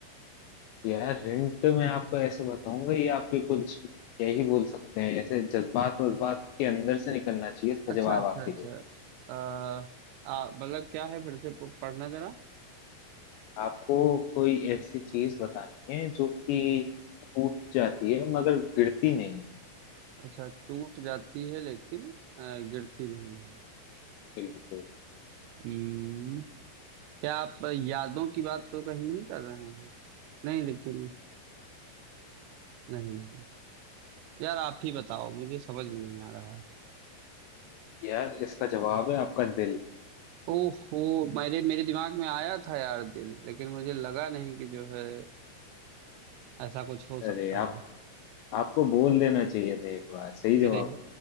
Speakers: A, on the left (about 80°); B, on the right (about 85°).
A: यार हिंट मैं आपको ऐसे बताऊंगा ये आपके कुछ क्या ही बोल सकते हैं ऐसे जज्बात वज्बात के अंदर से निकलना चाहिए इसका
B: अच्छा
A: जवाब
B: अच्छा
A: आपके
B: अच्छा
A: लिए
B: अ, आ मतलब क्या है फिर से प- पढ़ना जरा
A: आपको कोई ऐसी चीज बतानी है जो कि टूट जाती है मगर गिरती नहीं है
B: अच्छा टूट जाती है लेकिन अ, गिरती नहीं है
A: बिल्कुल
B: हम्म, क्या आप यादों की बात तो कहीं नहीं कर रहे हैं नहीं लेकिन नहीं नहीं यार आप ही बताओ मुझे समझ में नहीं आ रहा
A: यार इसका जवाब है आपका दिल
B: ओहो मेरे मेरे दिमाग में आया था यार दिल लेकिन मुझे लगा नहीं कि जो है ऐसा कुछ हो
A: अरे
B: सकता
A: आप
B: है
A: आपको बोल देना चाहिए था एक बार सही जवाब
B: अरे